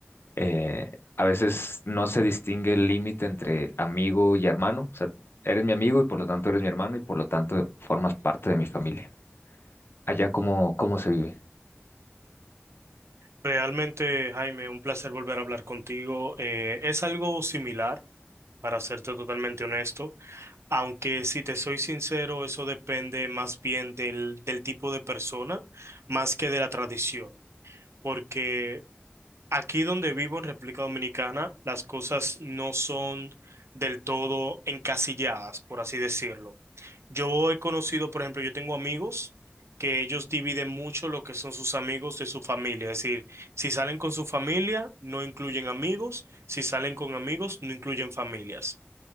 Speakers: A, on the left (about 60°); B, on the right (about 85°).
A: eh, a veces no se distingue el límite entre amigo y hermano. O sea, eres mi amigo y por lo tanto eres mi hermano y por lo tanto formas parte de mi familia. Allá cómo, cómo se vive.
B: Realmente, Jaime, un placer volver a hablar contigo. Eh, es algo similar, para serte totalmente honesto, aunque si te soy sincero, eso depende más bien del, del tipo de persona, más que de la tradición, porque Aquí donde vivo en República Dominicana, las cosas no son del todo encasilladas, por así decirlo. Yo he conocido, por ejemplo, yo tengo amigos que ellos dividen mucho lo que son sus amigos de su familia. Es decir, si salen con su familia, no incluyen amigos. Si salen con amigos, no incluyen familias.